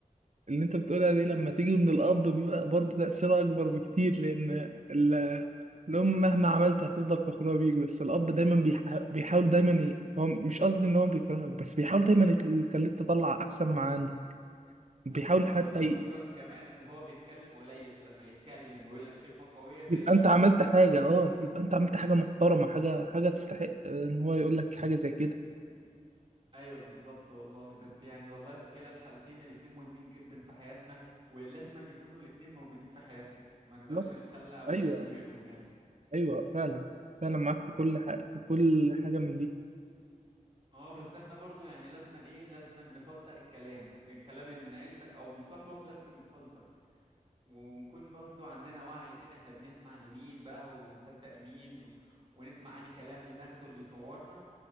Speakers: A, on the right; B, on the right.
A: اللي انت بتقولها دي لما تيجي من الاب بيبقى برضه تأثيرها اكبر بكتير لان ال- الام مهما عملت هتفضل فخورة بيك بس الاب دايما بيحا... بيحاول دايما ي... هو مش قصدي ان هو بيكرهك بس بيحاول دايما يخ- يخليك تطلع احسن ما عندك بيحاول
B: أيوة فاهمك
A: حتى
B: خصوصا
A: ي...
B: كمان إن هو بيتكلم قليل فلما يتكلم ويقول لك كلمة قوية زي
A: يبقى
B: دي
A: انت عملت حاجة اه يبقى انت عملت حاجة محترمة حاجة حاجة تستحق ان هو يقول لك حاجة زي كده
B: أيوة بالظبط والله بس يعني والله في كلا الحالتين الاتنين مهمين جدا في حياتنا ولازما يكونوا الاتنين موجودين في حياتنا وما نقدرش
A: لا
B: نتخلى أو
A: ايوه
B: نعيش من غيرهم يعني
A: ايوه فعلا فعلا معاك في كل حاجة في كل حاجة من دي
B: اه بس احنا برضو يعني لازما ايه لازما نفلتر الكلام الكلام من عيلتك او من صاحبك لازما يتفلتر ونكون برضو عندنا وعي كده احنا بنسمع لمين بقى ونصدق مين و- ونسمع انهي كلام اللي ناخده اللي يطورنا